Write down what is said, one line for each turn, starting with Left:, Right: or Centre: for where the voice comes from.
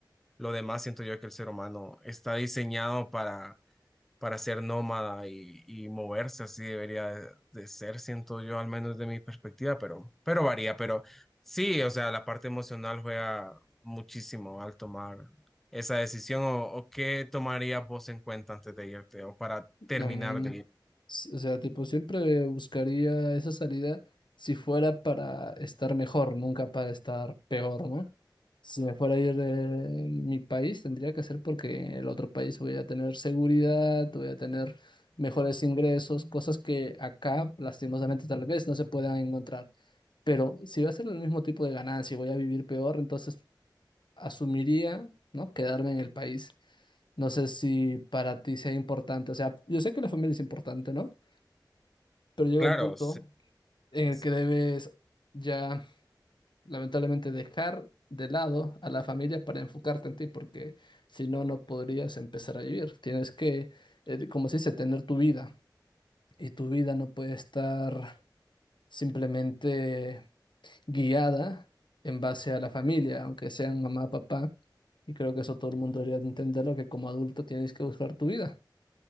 Centre: lo demás siento yo que el ser humano está diseñado para ser nómada y, y moverse así debería de, de ser, siento yo, al menos de mi perspectiva, pero, pero varía, pero sí, o sea, la parte emocional juega muchísimo al tomar esa decisión o, o qué tomarías vos en cuenta antes de irte o para terminar
Left: Mm,
Centre: de ir.
Left: s- o sea, tipo, siempre buscaría esa salida si fuera para estar mejor, nunca para estar peor, ¿no? Si me fuera a ir de mi país, tendría que ser porque el otro país voy a tener seguridad, voy a tener mejores ingresos, cosas que acá, lastimosamente, tal vez no se puedan encontrar. Pero si va a ser el mismo tipo de ganancia y voy a vivir peor, entonces asumiría, ¿no? Quedarme en el país. No sé si para ti sea importante, o sea, yo sé que la familia es importante, ¿no? Pero llega
Centre: Claro,
Left: un punto
Centre: sí,
Left: en el
Centre: sí.
Left: que debes ya, lamentablemente, dejar de lado a la familia para enfocarte en ti, porque si no, no podrías empezar a vivir. Tienes que, eh, como se dice, tener tu vida y tu vida no puede estar simplemente guiada en base a la familia, aunque sean mamá, papá. Y creo que eso todo el mundo debería de entenderlo, que como adulto tienes que buscar tu vida.